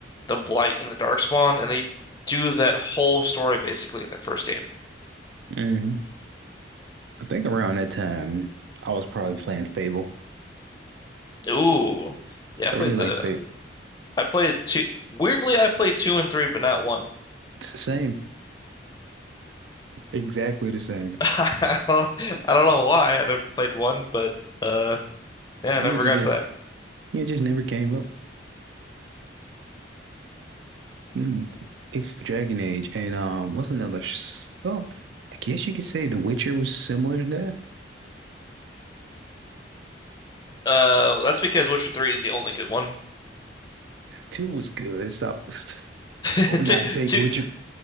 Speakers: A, on the left (about 20°); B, on the right (about 80°).
A: the Blight and the Darkspawn, and they do that whole story basically in the first game.
B: hmm I think around that time, I was probably playing Fable.
A: Ooh. Yeah, I
B: I
A: played
B: really liked
A: the
B: Fable.
A: I played two. Weirdly, I played two and three, but not one.
B: It's the same, exactly the same.
A: <laughs> I don't, I don't know why. I never played one, but uh, yeah, I
B: Just,
A: never
B: it
A: got
B: just,
A: to that.
B: it just never came up. Mm. It's Dragon Age, and um, what's another? s- Well, I guess you could say The Witcher was similar to that.
A: Uh, that's because Witcher three is the only good one.
B: Two was good. Stop. <laughs>
A: <laughs>
B: Oh, not
A: Two,
B: take
A: two,
B: Witcher.